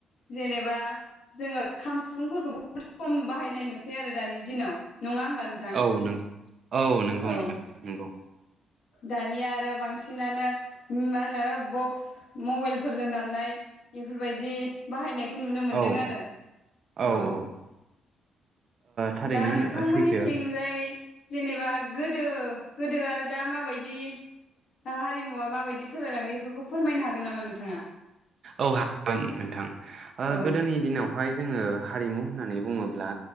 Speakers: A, on the left; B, on the right.
A: जेनेबा जोङो खाम सिफुंफोरखौ बहुद खम बाहायनाय नु सै आरो दानि दिनाव नङा होमबा नोंथां
B: औ न औ नोंगौ
A: औ
B: नोंथां नोंगौ
A: दानिया आरो बांसिनानो मा होनो बक्स मबाइलफोरजों दामनाय बेफोरबायाददि बाहायनायखौ नुनो मोनदों
B: औ
A: आरो
B: औ
A: अ
B: औ ओ थारैनो
A: दा नोंथांमोननिथिंजाय
B: सैथो
A: जेनेबा गोदो गोदो आरो दा माबायदि हारिमुवा माबायदि सोलायलांदों बेफोरखौ फोरमायनो हागोन नामा नोंथाङा
B: औ हागोन नोंथां ओ
A: औ
B: गोदोनि दिनाव बेावहाय जोङो हारिमु होननानै बुङोब्ला